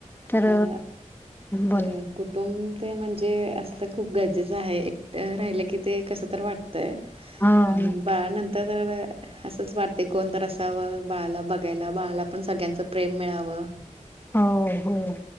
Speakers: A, on the left; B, on the right.
A: तर
B: पण तर
A: बोल
B: कुटुंब ते म्हणजे असलं खूप गरजेचं आहे एकट राहिलं की ते कसं तर वाटतंय
A: हो.
B: आणि
A: नका.
B: बाळ नंतर असच वाटते कोणत असावं बाळाला बघ बघायला बाळाला पण सगळ्यांच प्रेम मिळावं
A: हो हो